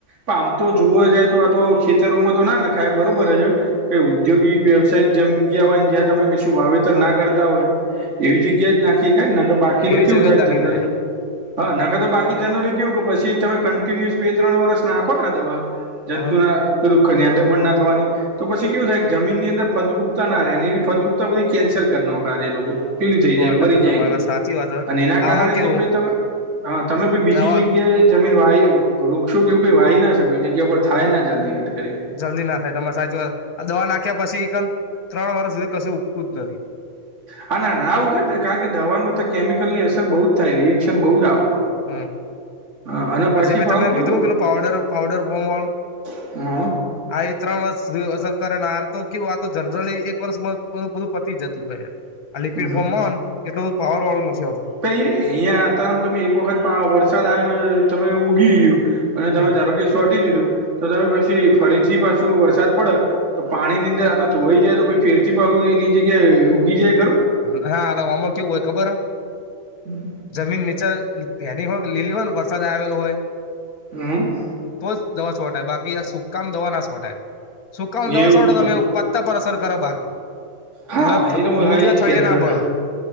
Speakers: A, on the right; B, on the left.
A: પણ આમ તો જોવા જાય તો આ તો ખેતરોમાં તો ના નેખાય બરોબર છે. કઈ ઔદ્યોગિક વ્યવસાયિક જગ્યા હોયને જ્યાં તમે કશું વાવેતર ના કરતા હોય. એવી જગ્યાએ જ નાખી હકાય બાકી
B: એવી
A: તો કેવું
B: જગત
A: થાય
B: નાખી
A: જનરલ
B: કરે એમ
A: હા નખ તો બાકી જનરલી કેવુ કે પછી તમે કન્ટિન્યુઅસ બે ત્રણ વરષ નાખો ને આ દવા જંતુના
B: હા
A: પેલું ખન્યા દમણ ના થવાની તો પછી કેવું થાય જમીનની અંદર ફદુપતા ના રહે એ ફદ્રુપતા બધી કેન્સલ કરના આે લોકો. પીલી થઈ
B: સો
A: જાય
B: ટકા
A: મરી જાય
B: તમારી
A: એની,
B: વાત સાચી વાત
A: એના કારણે
B: આમાં કેવું
A: જે પહ તમે હા તમે ભાઈ બીજી
B: દવા
A: જગ્યાએ જમીન વાય રોખશો કેવું કોઈ વાહી ના શક્યું જગ્યા ઉપર થાય ના જલ્દી હટ કરી.
B: જલ્દી નાખાય તમારે સાચી વાત. દવા નાખ્યા પછીમ ત્રણ વર્ષ સુધી કશું ઉગતું જ નથી.
A: હા ના ના ઉગત ને કારણ કે દવા નું તો કેમિકલ ની અસર બહુ જ થાય રિએક્શન બહુ જ આવે.
B: હમ્મ.
A: હા અને પછી
B: આજે મેં
A: પાવું
B: તમને
A: કેવું
B: કીધું પેલું પાવડર પાવડર ફોમ વાળુ.
A: હ
B: આ ત્રણ વર્ષ અસર કરે ને આ તો કેવું આ તો જનરલી એક વર્ષ બધું પતી જતું હોય. આ લિક્વિડ
A: હમ હમ
B: ફોર્મમાં એટલું પાવર વાળું નથી આવતું.
A: કઈ રે અહિયાં અત્યારે તમે એક વખત પણ વરસાદ આવે તમે ઊગી ગુ અને
B: હમ
A: તમે ધારો કે સોટી દીધું તો તમે પછી ફરીથી પાછું વરસાદ પડ્યો તો પાણી ની અંદર આ તો ધોવાઈ જાય તો પી ફેર થી પા એની જગ્યાએ ઉગી જાય ખરું?
B: ના હા અમ કેવું હોય ખબર હે?
A: હમ્મ.
B: જમીન નીચે પેની હોય લીલી હોય ને વરસાદ આવેલો હોય
A: હમ્મ.
B: તો જ દવા છોટાય બાકી આ સુકામાં દવા ના છોટાય સુકામાં દવા
A: એવું
B: છોટો
A: છે
B: તમે ઉપ તા પર અસર કરે બાકી.
A: હા
B: એના
A: એ હું
B: મૂળિયા
A: હા એજ
B: થળિયા
A: કે
B: ના
A: તા
B: બળ